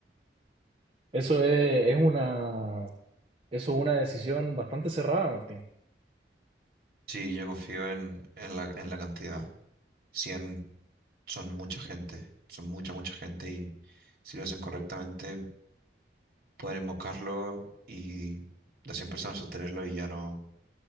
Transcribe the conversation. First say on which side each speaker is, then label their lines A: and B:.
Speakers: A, on the right (about 30°); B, on the right (about 55°).
A: Eso es, es una Eso es una decisión bastante cerrada, Martín.
B: Sí, yo confío en, en la, en la cantidad. 100 son mucha gente, son mucha, mucha gente y si lo hacen correctamente pueden emboscarlo y las 100 personas sostenerlo y ya no